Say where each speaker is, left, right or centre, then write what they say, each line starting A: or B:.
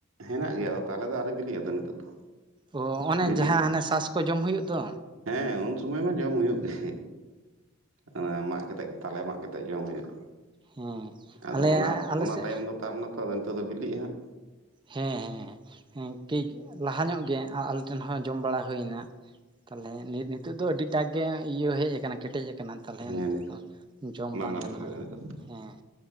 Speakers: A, on the right (about 75°); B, on the right (about 20°).
A: ᱦᱮᱱᱟᱜ ᱜᱮᱭᱟ ᱛᱟᱞᱮ ᱫᱚ ᱟᱣᱨᱤ ᱵᱤᱞᱤᱜᱼᱟ ᱛᱚ ᱱᱤᱛᱚᱜ ᱫᱚ
B: ᱚ ᱚᱱᱮ
A: ᱵᱤᱞᱤᱜᱼᱟ
B: ᱡᱟᱦᱟᱸ
A: ᱦᱟᱜ
B: ᱦᱟᱱᱮ ᱥᱟᱥ ᱠᱚ ᱡᱚᱢ ᱦᱩᱭᱩᱜ ᱫᱚ
A: ᱦᱮᱸ ᱩᱱ ᱥᱚᱢᱚᱭ ᱢᱟ ᱡᱚᱢ ᱦᱩᱭᱩᱜ ᱜᱮ ᱚᱱᱟ ᱢᱟᱜ ᱠᱟᱛᱮ ᱛᱟᱞᱮ ᱢᱟᱜ ᱠᱟᱛᱮ ᱡᱚᱢ ᱦᱩᱭᱩᱜᱼᱟ᱾
B: ᱦᱮᱸ
A: ᱟᱫᱚ
B: ᱟᱞᱮ
A: ᱚᱱᱟ
B: ᱟᱞᱮ
A: ᱚᱱᱟ
B: ᱥᱮᱫ
A: ᱴᱟᱭᱤᱢ ᱫᱚ ᱛᱟᱵ ᱱᱟ ᱛᱚ ᱟᱫᱚ ᱱᱤᱛᱳᱜ ᱫᱚ ᱵᱤᱞᱤᱜᱼᱟ ᱦᱟᱸᱜ᱾
B: ᱦᱮᱸ ᱦᱮᱸ <unintelligible> ᱞᱟᱦᱟ ᱧᱚᱜ ᱜᱮ ᱟ ᱟᱞᱮ ᱴᱷᱮᱱ ᱦᱚᱸ ᱡᱚᱢ ᱵᱟᱲᱟ ᱦᱩᱭᱮᱱᱟ᱾ ᱛᱟᱞᱦᱮ ᱱᱤᱛᱳᱜ ᱫᱚ ᱟᱹᱰᱤᱴᱟᱠ ᱜᱮ ᱤᱭᱟᱹ ᱦᱮᱡ ᱟᱠᱟᱱᱟ ᱠᱮᱴᱮᱡ ᱠᱟᱱᱟ ᱛᱟᱦᱞᱮ
A: ᱦᱟᱸᱜ
B: ᱱᱤᱛᱚᱜ
A: ᱦᱮᱸ
B: ᱫᱚ ᱡᱚᱢ ᱵᱟᱝ
A: ᱜᱟᱱᱚᱜ
B: ᱜᱟᱱᱚᱜᱼᱟ
A: ᱞᱟᱹᱜᱤᱫᱼᱟ ᱱᱤᱛᱚᱜ
B: ᱦᱮᱸ